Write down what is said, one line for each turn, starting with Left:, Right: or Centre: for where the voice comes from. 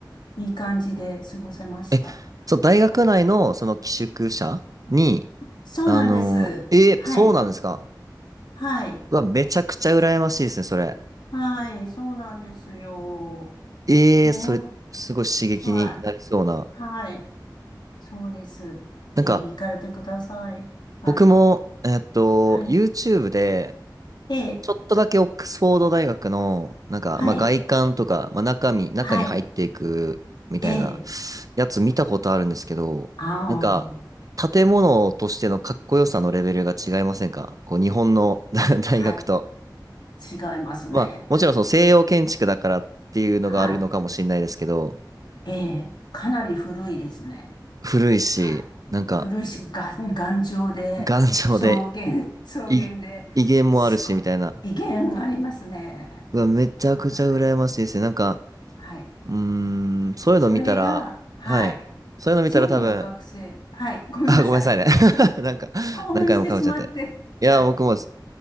Left: いい感じで過ごせました。
Right: ー、え、そう、大学内のその寄宿舎に、
Left: はい。そうなんです。
Right: あのーえー、
Left: はい。
Right: そうなんですか。
Left: はい。
Right: うわ、めちゃくちゃ羨ましいですね、それ。
Left: はい。そうなんですよ。
Right: えー、
Left: も
Right: それ、すごい刺激になりそうな。
Left: う、はい。はい。そうです。ぜひ行かれてください。
Right: なんか、
Left: はい。
Right: 僕も、えっと、
Left: はい。
Right: YouTube で、
Left: ええ。
Right: ちょっとだけオックスフォード大学の、なんか、
Left: はい。
Right: まあ、外観とか、まあ、中身、中に入っていくみたいな
Left: はい。ええ。
Right: やつ見たことあるんですけど、
Left: ああ。
Right: なんか、建物としてのかっこよさのレベルが違いませんかこう、日本の <laughs> 大学と。
Left: はい。違いますね。
Right: まあ、もちろんその西洋建築だからっていうのがあるのかもしれないですけど、
Left: はい。ええ。かなり古いですね。
Right: 古いし、
Left: はい。
Right: なんか、
Left: 古いし、が頑丈で、
Right: 頑丈で、
Left: 草原、<laughs> 草原で、
Right: い威厳もあるし、
Left: すごい、
Right: みたいな。
Left: 威厳ありますね。
Right: うわ、めちゃくちゃ羨ましいですね。
Left: はい。
Right: なんか、
Left: はい。
Right: うーん、そういうの見たら、
Left: それが、はい。
Right: はい。そういうの見たら多分、
Left: 正規の学生。はい。ごめんなさい。
Right: あ、ごめんなさいね。
Left: <laughs>
Right: <laughs> なんか、
Left: 興奮してしまって。
Right: 何回もかぶっちゃって。いや、
Left: はい。
Right: 僕もです、